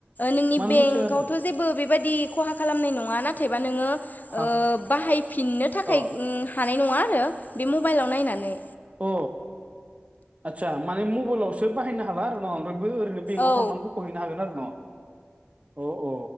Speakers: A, on the left (about 45°); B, on the right (about 30°).
A: नोंनि
B: मानलु
A: बेंकआवथ'
B: सेर
A: जेबो बेबायदि खहा खालामनाय नङा नाथायबा नोङो ओ
B: हा
A: बाहायफिननो थाखाय
B: अ
A: हानाय नङा आरो बे मबाइलाव नायनानै
B: अ आदसा माने मबाइलावसो बाहायनो हाला आरो न ओमफ्रायबो ओरैनो बेंकव
A: औ
B: थांनानै बोखहैनो हागोन आरो न' अ औ